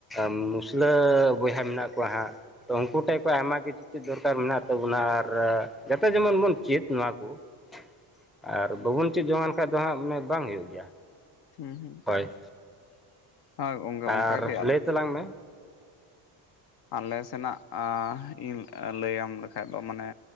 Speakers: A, in the centre; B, on the left.
A: ᱢᱩᱥᱞᱟᱹ ᱵᱚᱭᱦᱟ ᱢᱮᱱᱟᱜ ᱠᱚᱣᱟ ᱦᱟᱸᱜ ᱾ ᱛᱚ ᱩᱱᱠᱩ ᱴᱷᱮᱡ ᱠᱷᱚᱡ ᱟᱭᱢᱟ ᱠᱤᱪᱷᱩ ᱫᱚᱨᱠᱟᱨ ᱢᱮᱱᱟᱜ ᱛᱟᱵᱚᱱᱟ ᱟᱨ ᱡᱟᱛᱮ ᱡᱮᱢᱚᱱ ᱵᱚᱱ ᱪᱮᱫ ᱱᱚᱣᱟ ᱠᱚ ᱾ ᱟᱨ ᱵᱟᱵᱚᱱ ᱪᱮᱫ ᱡᱚᱝᱟᱱ ᱠᱷᱟᱡ ᱫᱚ ᱦᱟᱸᱜ ᱢᱟᱱᱮ ᱵᱟᱝ ᱦᱩᱭᱩᱜ ᱜᱮᱭᱟ᱾
B: ᱦᱩᱸ ᱦᱩᱸ
A: ᱦᱳᱭ
B: ᱦᱚᱭ ᱜᱚᱝᱠᱮ
A: ᱟᱨ
B: ᱚᱝᱠᱟ ᱜᱮ ᱟᱞᱮ
A: ᱞᱟᱹᱭ ᱛᱟᱞᱟᱝ ᱢᱮ
B: ᱟᱞᱮ ᱥᱮᱱᱟᱜ <inaudible> ᱤᱧ ᱞᱟᱹᱭᱟᱢ ᱞᱮᱠᱷᱟᱡ ᱫᱚ ᱢᱟᱱᱮ